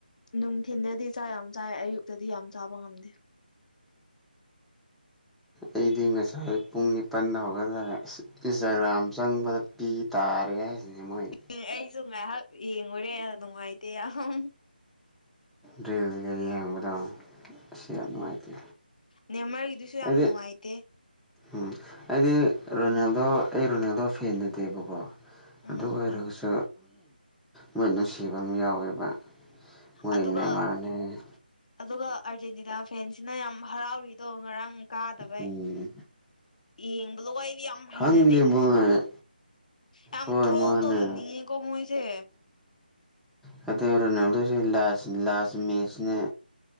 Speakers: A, on the left; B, in the centre.
A: ꯅꯨꯡꯊꯤꯟꯗꯗꯤ ꯆꯥꯛ ꯌꯥꯝ ꯆꯥꯏ ꯑꯌꯨꯛꯇꯗꯤ ꯌꯥꯝ ꯆꯥꯕ ꯉꯝꯗꯦ
B: ꯑꯩꯗꯤ ꯉꯁꯥꯏ ꯄꯨꯡ ꯅꯤꯄꯜꯗ ꯍꯧꯒꯠꯂꯒ ꯏꯟꯁꯇꯥꯒ꯭ꯔꯥꯝ ꯆꯪꯕꯗ ꯄꯤ ꯇꯥꯔꯦ ꯍꯥꯏꯦ ꯔꯤꯃꯩ
A: ꯎꯝ ꯑꯩꯁꯨ ꯉꯥꯏꯍꯥꯛ ꯌꯦꯡꯉꯨꯔꯦ ꯅꯨꯡꯉꯥꯏꯇꯦ ꯌꯥꯝ
B: ꯗ꯭ꯔꯤꯜꯁꯤꯒ ꯌꯦꯡꯕꯗꯣ ꯑꯁꯤ ꯌꯥꯝ ꯅꯨꯡꯉꯥꯏꯇꯦ
A: ꯅꯦꯝꯃꯔꯒꯤꯗꯨꯁꯨ
B: ꯑꯩꯗꯤ
A: ꯌꯥꯝ ꯅꯨꯡꯉꯥꯏꯇꯦ
B: ꯎꯝ ꯑꯩꯗꯤ ꯔꯣꯅꯦꯜꯗꯣ ꯑꯩ ꯔꯣꯅꯦꯜꯗꯣ ꯐꯦꯟ ꯅꯠꯇꯦꯕꯀꯣ
A: ꯎꯝ
B: ꯑꯗꯨ ꯑꯣꯏꯔꯒꯁꯨ ꯃꯣꯏ ꯅꯨꯡꯁꯤꯕ ꯑꯃ ꯌꯥꯎꯋꯦꯕ ꯃꯣꯏ
A: ꯑꯗꯨꯒ
B: ꯅꯦꯃꯥꯔꯅꯦ
A: ꯑꯗꯨꯒ ꯑꯥꯔꯖꯦꯟꯇꯤꯅꯥ ꯐꯦꯟꯁꯤꯅ ꯌꯥꯝ ꯍꯔꯥꯎꯔꯤꯗꯣ ꯉꯔꯥꯡ ꯀꯥꯗꯚꯥꯏ
B: ꯎꯝ
A: ꯌꯦꯡꯕꯗꯣ ꯑꯩꯗꯤ ꯌꯥꯝ ꯍꯩꯅꯗꯦ
B: ꯈꯪꯗꯦ ꯃꯣꯏ
A: ꯌꯥꯝ
B: ꯍꯣꯏ
A: ꯊ꯭ꯔꯣꯟ
B: ꯃꯥꯅꯦ
A: ꯇꯧꯖꯟꯅꯤꯡꯉꯦ ꯀꯣ ꯃꯣꯏꯁꯦ
B: ꯅꯠꯇꯦ ꯔꯣꯅꯥꯜꯗꯣꯁꯤ ꯂꯥꯁ ꯂꯥꯁ ꯃꯦꯁꯅꯦ